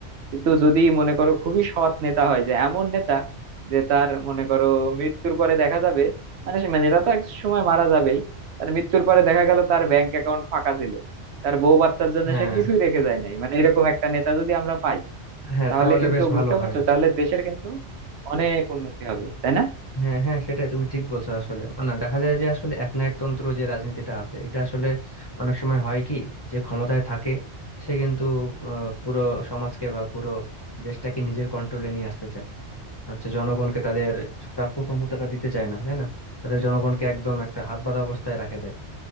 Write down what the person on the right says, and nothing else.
কিন্তু যদি মনে করো খুবই সৎ নেতা হয় যে এমন নেতা যে তার মনে করো মৃত্যুর পরে দেখা যাবে মানে সে- মানে নেতা তো এক সময় মারা যাবেই তার মৃত্যুর পরে দেখা গেল তার ব্যাংক অ্যাকাউন্ট ফাঁকা ছিল তার বউ বাচ্চার জন্য
সে কিছুই রেখে যায় নাই মানে এরকম একটা নেতা যদি আমরা পাই
তাহলে
কিন্তু
বুঝতে পারছো
তাহলে দেশের কিন্তু অনেক উন্নতি হবে তাই না